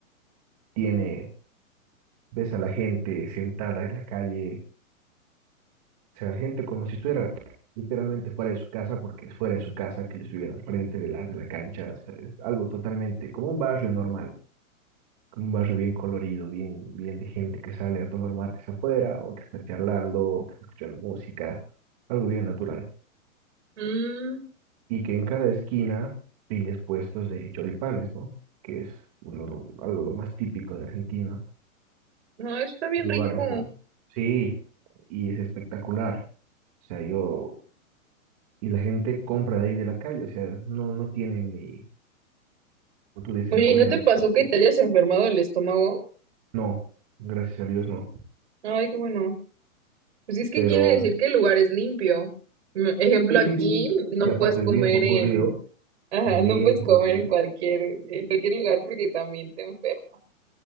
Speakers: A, on the right; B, on the right.
A: tiene, ves a la gente sentada en la calle, o sea, gente como si estuviera literalmente fuera de su casa, porque es fuera de su casa que ellos viven al frente de la, de la cancha, o sea, es algo totalmente como un barrio normal, como un barrio bien colorido, bien, bien de gente que sale a tomar mates afuera, o que está charlando, o que está escuchando música, algo bien natural.
B: Mm,
A: y que en cada esquina pilles puestos de choripanes, ¿no? Que es uno lo- algo lo más típico de Argentina.
B: no, eso está bien
A: Lugares,
B: rico.
A: ¿no? Sí, y es espectacular. O sea, yo, y la gente compra de ahí de la calle, o sea, no, no tienen ni, como tú dices,
B: Oye,
A: la comida
B: ¿y no te
A: de la
B: pasó
A: calle.
B: que te hayas enfermado el estómago?
A: No, gracias a Dios no.
B: Ay, qué bueno. Pues es que
A: Pero,
B: quiere decir que el lugar es limpio. Mm, Ejemplo,
A: sí,
B: aquí
A: sí, sí, sí.
B: no
A: Y aparte
B: puedes comer
A: es bien concurrido,
B: en, <laughs> ajá,
A: es
B: no
A: bien
B: puedes
A: concurrido.
B: comer en cualquier, en cualquier lugar porque también te enfermas.